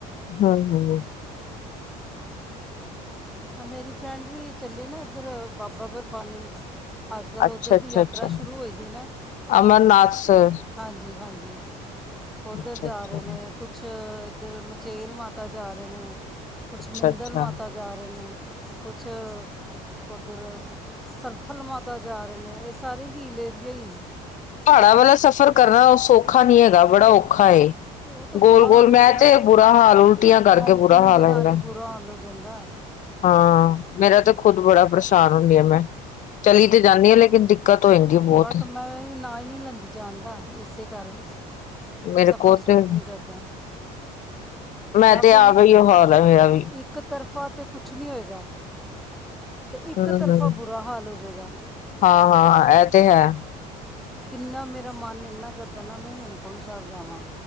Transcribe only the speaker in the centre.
ਮੇਰੀ ਫਰੈਂਡ ਵੀ ਚੱਲੇ ਨਾ ਉੱਧਰ ਬਾਬਾ ਬਰਫਾਨੀ। ਅੱਜ -ਕੱਲ੍ਹ
ਉੱਧਰ
ਦੀ ਯਾਤਰਾ
ਸ਼ੁਰੂ ਹੋ ਦੀ ਨਾ।
ਹਾਂਜੀ, ਹਾਂਜੀ। ਉਧਰ
ਜਾ
ਰਹੇ ਨੇ, ਕੁਛ ਇੱਧਰ ਮਚੇਲ ਮਾਤਾ ਜਾ ਰਹੇ ਨੇ। ਕੁਛ
ਮਿੰਦਲ
ਮਾਤਾ ਜਾ ਰਹੇ ਨੇ, ਕੁਛ ਉੱਧਰ ਸਰਥਲ ਮਾਤਾ ਜਾ ਰਹੇ ਨੇ, ਇਹ ਸਾਰੇ ਹੀਲੇ ਦੀਆ ਹੀ ਨੇ।
ਉਹ ਤਾਂ
ਬੁਰਾ
ਹਾਲ ਹੋ
ਜਾਂਦਾ
ਵੋਮਟਿੰਗ
ਦੇ ਨਾਲ
ਹੀ ਬੁਰਾ ਹਾਲ ਹੋ ਜਾਂਦਾ ਐ।
ਬਟ ਮੈਂ ਵੀ ਨਾ ਨਹੀਂ ਲੈਂਦੀ। ਜਾਂਦਾ ਇਸੇ ਕਾਰਨ,
ਕਿ ਸਫ਼ਰ
ਸੂਟ
ਨਹੀਂ ਕਰਦਾ।
ਜਾਂ
ਫਿਰ
ਇ ਕ ਤਰਫਾ ਤਾਂ ਕੁਛ ਨਹੀਂ ਹੋਏਗਾ, ਇੱਕ
ਤਰਫਾ ਇਕ ਤਰਫਾ ਬੁਰਾ ਹਾਲ ਹੋ ਜਾਏਗਾ।
ਕਿੰਨਾ ਮੇਰਾ ਮਨ ਇੰਨਾ ਕਰਦਾ ਨਾ, ਮੈਂ ਹੇਮਕੁੰਟ ਸਾਹਿਬ ਜਾਵਾਂ।